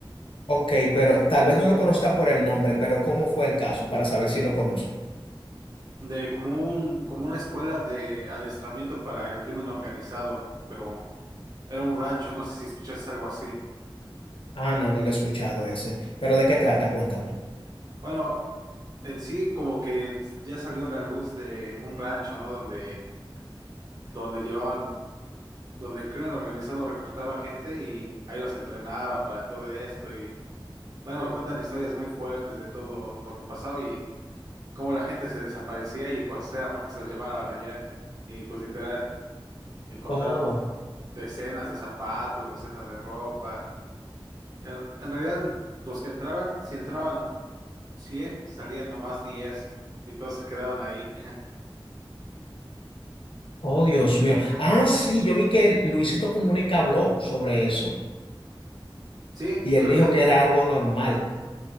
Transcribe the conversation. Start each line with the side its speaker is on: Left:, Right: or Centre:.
Left: ok, pero tal vez no lo conozca por el nombre, pero ¿cómo fue el caso para saber si lo conozco?
Right: De como un, como una escuela de adiestramiento para el crimen organizado, pero era un rancho, no sé si escuchaste algo así.
Left: Ah, no, no lo he escuchado ese. ¿Pero de qué trata? Cuéntame.
Right: Bueno, en sí como que ya salió a la luz de un rancho, ¿no? Donde, donde llevaban, donde el crimen organizado reclutaba gente y ahí los entrenaba para todo esto y bueno, cuentan historias muy fuertes de todo lo que pasaba y cómo la gente se desaparecía y pues era porque se los llevaban allá y pues literal. Encontraron
Left: Oh,
Right: decenas de zapatos, decenas de ropa. En, en realidad, en- los que entraban, si entraban 100 salían nomás 10 y todos se quedaban ahí. <laughs>
Left: oh, Dios mío. Ah, sí, yo vi que Luisito Comunica habló sobre eso
Right: Sí,
Left: y
Right: creo
Left: él dijo
Right: que
Left: que era algo normal.